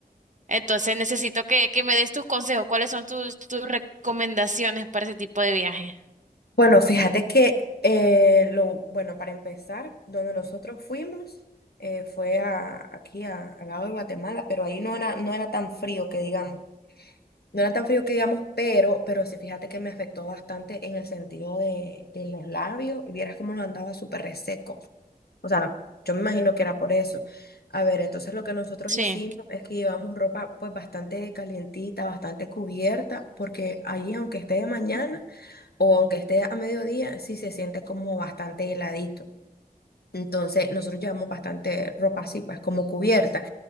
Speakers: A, on the right; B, on the left.
A: Entonces necesito que, que me des tus consejos. ¿Cuáles son tus, tus recomendaciones para ese tipo de viaje?
B: Bueno, fíjate que eh, lo, bueno, para empezar, donde nosotros fuimos eh, fue a, aquí a- al lado de Guatemala, pero ahí no era, no era tan frío que digamos. No era tan frío que digamos, pero, pero sí, fíjate que me afectó bastante en el sentido de, de los labios. y Vieras cómo lo andaba súper reseco. O sea, yo me imagino que era por eso. A ver, entonces lo que nosotros
A: Sí.
B: hicimos es que llevamos ropa pues bastante calientita, bastante cubierta, porque allí aunque esté de mañana o aunque esté a mediodía, sí se siente como bastante heladito. Entonces, nosotros llevamos bastante ropa así, pues como cubierta.